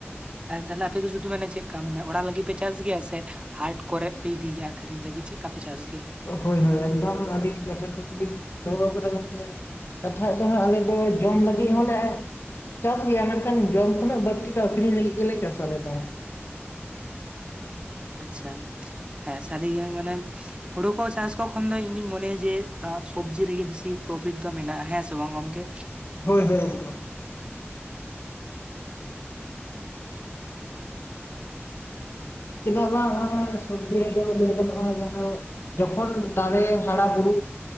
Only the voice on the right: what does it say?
ᱟᱫ ᱛᱟᱦᱞᱮ ᱟᱯᱮ ᱫᱚ ᱥᱩᱫᱩ ᱢᱟᱱᱮ ᱪᱮᱫᱠᱟ ᱢᱟᱱᱮ ᱳᱲᱟᱜ ᱞᱟᱜᱤᱫ ᱯᱮ ᱪᱟᱥ ᱜᱮᱭᱟ ᱥᱮ ᱦᱟᱴ ᱠᱚᱨᱮ ᱯᱮ ᱤᱫᱤ ᱜᱮᱭᱟ ᱟᱠᱷᱨᱤᱧ ᱞᱟᱹᱜᱤᱫ ᱪᱮᱫ- ᱠᱟᱯᱮ ᱪᱟᱥ ᱜᱮᱭᱟ?
ᱟᱪᱪᱷᱟ, ᱦᱮᱸ ᱥᱟᱹᱨᱤ ᱜᱮ ᱢᱟᱱᱮ ᱦᱩᱲᱳ ᱠᱚ ᱪᱟᱥ ᱠᱚ ᱠᱷᱚᱱ ᱫᱚ ᱤᱧ ᱫᱩᱧ ᱢᱚᱱᱮᱭᱟ ᱡᱮ ᱥᱚᱵᱡᱤ ᱨᱮᱜᱮ ᱵᱮᱥᱤ ᱯᱨᱚᱯᱷᱤᱴ ᱫᱚ ᱢᱮᱱᱟᱜᱼᱟ ᱦᱮᱸ ᱥᱮ ᱵᱟᱝ ᱜᱚᱝᱠᱮ?